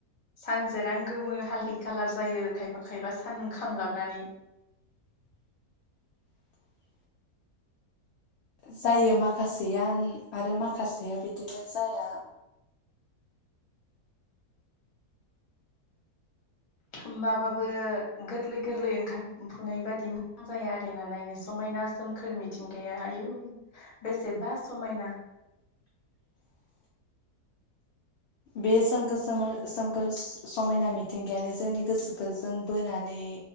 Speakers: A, on the left (about 30°); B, on the left (about 75°).
A: सानजेरां गोमो हालदै खाालार जायो खायफा खायफा सानदुं खामलाबनानै।
B: <inaudible> जायो माखासेया आरो माखासेया बिदिनो जाया।
A: होमबाबाबो गोरलै गोरलै ओंखारफुनाय बायदि मोजां जायो आरोना नायनो समायना। सोमखोर मिथिंगाया आयु बेसेबा समायना
B: <inaudible> बे सोमखोर सोम सोमखोर समायना मिथिंगायानो जोंनि गोसोखौ जों बोनानै